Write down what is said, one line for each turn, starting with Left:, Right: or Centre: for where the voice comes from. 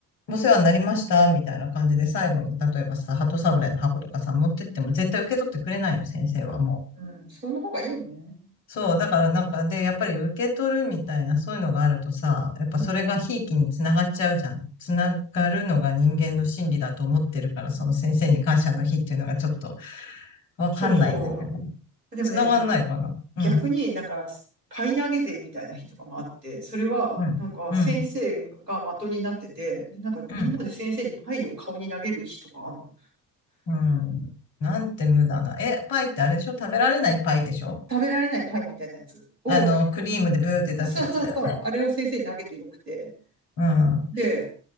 Left: お世話になりました、みたいな感じで最後に、例えばさ、鳩サブレーの箱とかさ、持ってっても絶対受け取ってくれないの、先生はもう。
Right: うん。その方がいいよね。
Left: そう、だからなんか、で、やっぱり受け取るみたいな、そういうのがあるとさ、やっぱそれがひいきにつながっちゃうじゃん。
Right: うん。
Left: つながるのが人間の心理だと思ってるから、その先生に感謝の日っていうのがちょっとわかんないんだけど。
Right: そうそう。でもね、
Left: つながんないかな。
Right: なんか、
Left: うん、
Right: 逆になんかパイ投げデーみたいな日とかもあって、それはなんか先生が的になってて、
Left: うん、うん、
Right: でなんかみんなで先生にパイを顔に投げる日とかあるの。
Left: うん。うん。なんて無駄な。え、パイってあれでしょ食べられないパイでしょ
Right: 食べられないパイみたいなやつを、
Left: あの、
Right: なんか
Left: クリームでブーって出すやつだよね。
Right: さあさあさあ、あれを先生に投げてよくて。
Left: うん。う
Right: で、